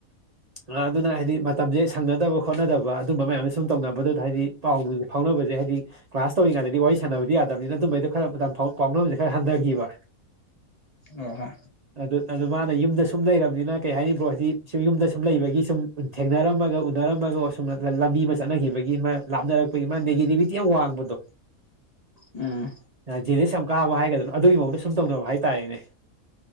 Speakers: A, on the right (about 80°); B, on the left (about 35°).
A: ꯑ ꯑꯗꯨꯅ ꯍꯥꯏꯗꯤ ꯃꯇꯝꯁꯦ ꯁꯪꯅꯗꯕ꯫ ꯍꯣꯠꯅꯗꯕ ꯑꯗꯨꯝꯕ ꯃꯌꯥꯝꯁꯦ ꯁꯨꯝ ꯇꯧꯅꯕꯗꯨꯗ ꯍꯥꯏꯗꯤ ꯄꯥꯎ ꯅꯨꯡꯁꯦ ꯐꯥꯎꯅꯕꯁꯦ ꯍꯥꯏꯗꯤ꯫ ꯀ꯭ꯂꯥꯁ ꯇꯧꯔꯤꯉꯩꯗꯗꯤ ꯋꯥꯔꯤ ꯁꯥꯟꯅꯕꯗꯤ ꯌꯥꯗꯕꯅꯤꯅ ꯑꯗꯨꯃꯥꯏꯗꯣ ꯈꯔ ꯃꯇꯝ ꯄꯥꯎꯅꯕꯁꯦ ꯈꯔ ꯍꯟꯊꯈꯤꯕ꯫
B: ꯑꯣ ꯍꯣ꯫
A: ꯑꯗꯨ ꯑꯗꯨ ꯃꯥꯅ ꯌꯨꯝꯗ ꯁꯨꯝ ꯂꯩꯔꯕꯅꯤꯅ ꯀꯩ ꯍꯥꯏꯕ꯭ꯔꯣ ꯍꯥꯏꯗꯤ ꯁꯨꯝ ꯌꯨꯝꯗ ꯁꯨꯝ ꯂꯩꯕꯒꯤ ꯁꯨꯝ ꯊꯦꯡꯅꯔꯝꯃꯒ ꯎꯅꯔꯝ ꯑꯃꯒ ꯑꯁꯨꯝꯅ ꯂꯝꯕꯤ ꯑꯃ ꯆꯠꯅꯈꯤꯕꯒꯤ ꯃꯥ ꯂꯥꯞꯅꯔꯛꯄꯒꯤ ꯃꯥ ꯅꯦꯒꯦꯇꯤꯕꯤꯇꯤ ꯌꯥꯝ ꯋꯥꯡꯕꯗꯣ꯫
B: ꯎꯝ꯫
A: ꯖꯤꯂꯤꯁ ꯌꯥꯝ ꯀꯥꯕ ꯍꯥꯏꯒꯗꯔ ꯑꯗꯨꯒꯤ ꯃꯑꯣꯡꯗ ꯁꯨꯝ ꯇꯧꯅꯕ ꯍꯥꯏꯇꯥꯔꯦꯅꯦ꯫